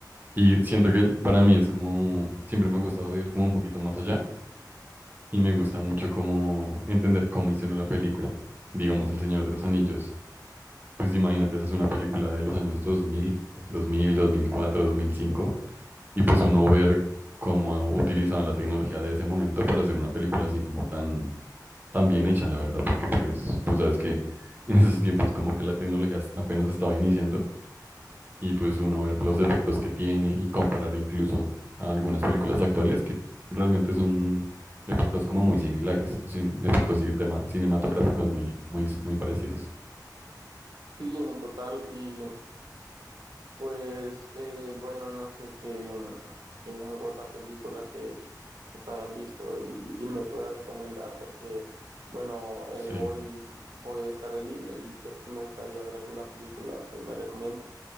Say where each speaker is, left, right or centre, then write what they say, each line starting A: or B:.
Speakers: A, on the right; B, on the right.
A: Y siento que para mí es como, siempre me ha gustado ir como un poquito más allá y me gusta mucho como entender cómo hicieron la película. Digamos, El Señor de los Anillos. Pues imagínate, esa es una película de los años dos dos dos mil mil mil cuatro dos mil cinco Y pues uno ver cómo utilizaban la tecnología de ese momento para hacer una película así como tan, tan bien hecha, la verdad, porque pues, tú sabes que <laughs> en esos tiempos como que la tecnología as- apenas estaba iniciando y pues uno ver los efectos que tiene y comparar incluso a algunas películas actuales que realmente son efectos como muy similares, sin- efectos y tema- cinematográficos muy, muy, muy parecidos.
B: Sí, en total, y Pues eh, bueno, no sé qué, mm, qué algo otra película que, que tú hayas visto y, y me pueda recomendar porque bueno, eh,
A: Sí.
B: hoy voy a estar libre y pues sí me gustaría ver alguna película que me recomiendes.